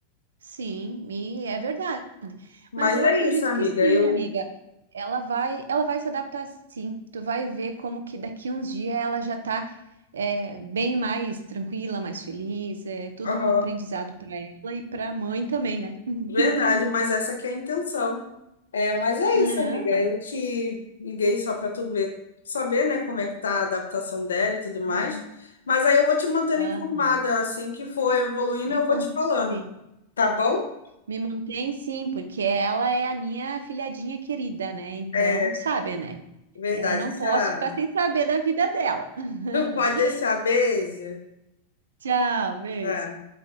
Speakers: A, on the right (about 65°); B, on the left (about 70°).
A: Sim, e é verdade.
B: Mas
A: Mas eu
B: é
A: acredito
B: isso, amiga.
A: que sim,
B: Eu.
A: amiga. Ela vai, ela vai se adaptar sim. Tu vai ver como que daqui uns dias ela já tá é, bem mais tranquila, mais feliz. É tudo
B: Aham,
A: um aprendizado para ela e para a mãe também, né? <laughs>
B: verdade, mas essa que é a intenção. É, mas é
A: Aham,
B: isso, amiga. Eu te liguei só para tu ver, saber, né, como é que tá a adaptação dela e tudo mais.
A: sim.
B: Mas aí eu vou te mantendo
A: Aham.
B: informada. Assim que for evoluindo,
A: Me
B: eu vou
A: mantém.
B: te falando. Tá bom?
A: Me mantém sim, porque ela é a minha filhadinha querida, né? Então,
B: É,
A: tu sabe, né?
B: verdade.
A: Eu não
B: Tchau.
A: posso ficar sem saber da vida dela. <laughs>
B: Pode deixar, beijo.
A: Tchau, beijo.
B: Tá.